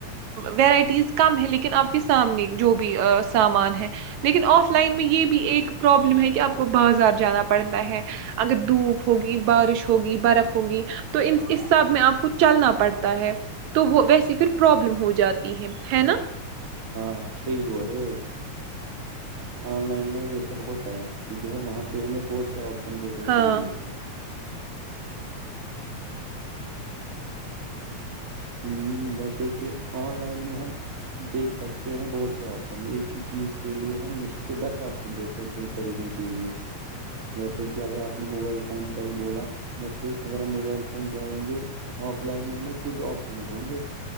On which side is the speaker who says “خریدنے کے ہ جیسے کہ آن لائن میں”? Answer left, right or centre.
Right